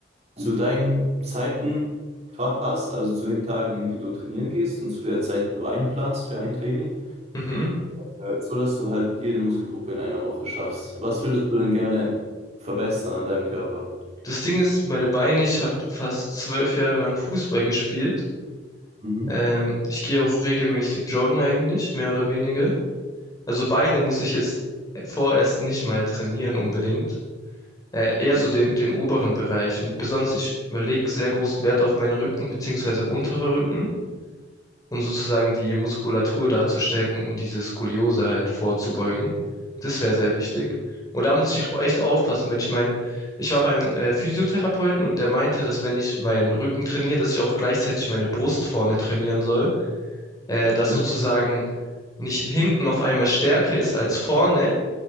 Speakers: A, on the right; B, on the left.
A: zu deinen Zeiten fa- passt, also zu den Tagen, die du trainieren gehst und zu der Zeit, die du einplanst für ein Training,
B: mhm.
A: äh, so dass du halt jede Muskelgruppe in einer Woche schaffst. Was würdest du denn gerne verbessern an deinem Körper?
B: Das Ding ist, meine Beine, ich habe fast zwölf Jahre lang Fußball gespielt.
A: Mhm.
B: Ähm, ich gehe auch regelmäßig joggen eigentlich, mehr oder weniger. Also Beine muss ich jetzt vorerst nicht mal trainieren unbedingt. Äh, eher
A: Okay.
B: so den, den oberen Bereich. Und besonders, ich lege sehr großen Wert auf meinen Rücken, beziehungsweise unterer Rücken. um sozusagen die Muskulatur da zu stärken, um diese Skoliose halt vorzubeugen. Das wäre sehr wichtig. Und da muss ich auch echt aufpassen, wenn ich mein, ich war beim äh, Physiotherapeuten und der meinte, dass wenn ich meinen Rücken trainiere, dass ich auch gleichzeitig meine Brust vorne trainieren soll, äh, dass
A: Ja.
B: sozusagen nicht hinten auf einmal stärker ist als vorne,